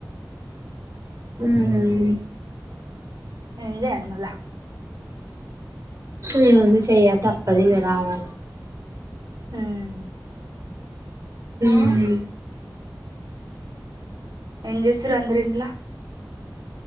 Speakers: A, on the right; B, on the right.
A: హు
B: ఏం జేయాలి మళ్ళ
A: ఏముంది శచేయ్యా తప్పదిగ రావాలి
B: హ్మ్
A: ఉమ్మ్
B: ఏం జేస్తుర్రు అందరింట్ల